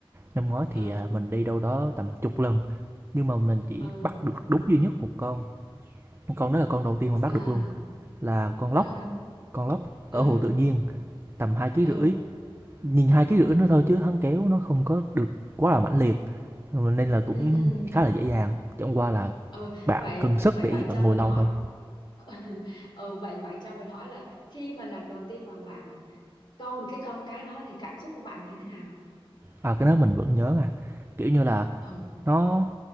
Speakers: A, on the right (about 25°); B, on the left (about 55°).
A: năm ngoái thì,
B: ừ
A: à, mình đi đâu đó tầm chục lần, nhưng mà mình chỉ
B: ừ
A: bắt được đúng duy nhất một con con đó là con đầu tiên mình bắt
B: à
A: được luôn là con lóc
B: ừ
A: con lóc ở
B: ừ
A: hồ tự nhiên tầm hai ký
B: ừ.
A: rưỡi nhìn hai ký rưỡi
B: Ừ,
A: nó thôi chứ hắn kéo nó không có được quá là mãnh liệt nên là cũng
B: ừ, ừ.
A: khá là dễ dàng chẳng qua là
B: Ờ,
A: bạn
B: vậy
A: cần sức
B: vậy
A: để
B: bạn
A: bạn
B: cho
A: ngồi
B: mình
A: lâu
B: hỏi
A: thôi
B: <laughs> ừ, vậy bạn cho mình hỏi là khi mà lần đầu tiên mà bạn câu được cái con cá đó thì cảm xúc của bạn như thế nào?
A: à cái đó mình vẫn nhớ à kiểu như là
B: Ừ.
A: nó